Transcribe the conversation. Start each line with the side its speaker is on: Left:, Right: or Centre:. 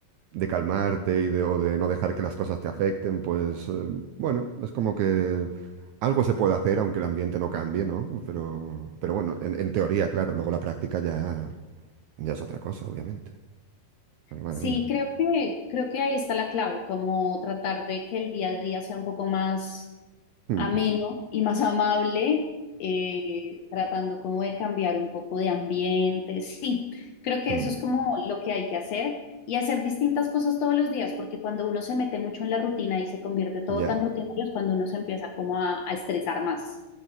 Right: de calmarte y de, o de no dejar que las cosas te afecten, pues eh, bueno, es como que algo se puede hacer aunque el ambiente no cambie, ¿no? Pero, pero bueno, en, en teoría, claro, luego la práctica ya, ya es otra cosa, obviamente. Ay, madre
Left: Sí,
Right: mía.
Left: creo que, creo que ahí está la clave, como tratar de que el día a día sea un poco más
Right: Mm,
Left: ameno y más amable, eh, tratando como de cambiar un poco de ambiente. Sí, creo que
Right: mm,
Left: eso es como lo que hay que hacer y hacer distintas cosas todos los días, porque cuando uno se mete mucho en la rutina y se convierte todo
Right: ya.
Left: tan rutinario es cuando uno se empieza como a, a estresar más.